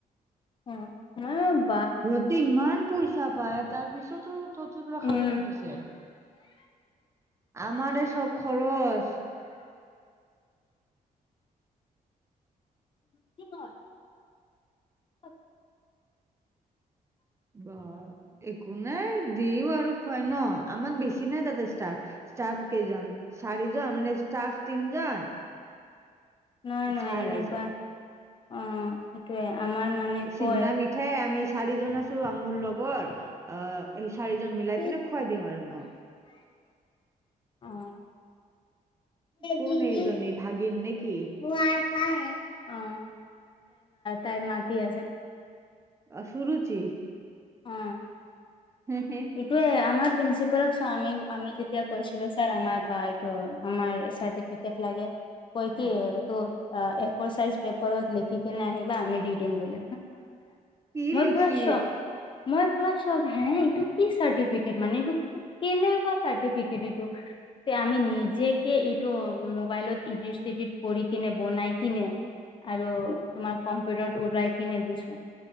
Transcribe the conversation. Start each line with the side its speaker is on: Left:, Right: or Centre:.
Left: অ উ
Right: শিহঁতি ইমান পইচা পাই তাৰ পিছতো তহঁতৰ পৰা
Left: উম
Right: খাব খুজিছে আমাৰে চব খৰচ
Left: কি হল আ
Right: ব একো নাই দিও আৰু খুৱাই ন আমাৰ বেছি নাই তাতে ষ্টাফ ষ্টাফ কেইজন চাৰিজন মানে ষ্টাফ তিনজন
Left: নহয় নহয়
Right: ছাৰ
Left: এনেকুৱা
Right: এজন
Left: অ এইটোয়ে আমাৰ মানে
Right: চিঙৰা
Left: কয়
Right: মিঠাই আমি চাৰিজন আছো আৰু মোৰ লগৰ অ সেই চাৰিজন মিলাই
Left: অ
Right: পিনে খুৱাই দিম আৰু ন
Left: অ
Right: কোন
Left: দিদি
Right: এইজনী ভাগিন নেকি
Left: অ তাইৰ অ তাই মাতি আছে
Right: অ শুৰুচি
Left: অ
Right: হম হুম
Left: এইটোৱে আমাৰ প্ৰিন্ঞ্চিপালক চ আমি আমি যেতিয়া কৈছিলো ছাৰ আমাৰ গ এইটো আমাৰ ফিকেট লাগে কৈ
Right: উম।
Left: কি ত এফৌৰ সাইজ পেপৰ লিখিকনে আহিব আমি দি দিম বুলি
Right: কি
Left: মই
Right: লিখি
Left: পুৰা চখ মই পুৰা চখ হে ইটো কি চাৰটিফিকেট মানে এইটো কেনেকুৱা চাৰ্টিফিকেট এইটো যে আমি নিজেকে ইটো মোবাইলত ইডিট চিডিট কৰি কিনে বনাই কিনে আৰু তোমাৰ কম্পিউটাৰত উৰাই কিনে দিছো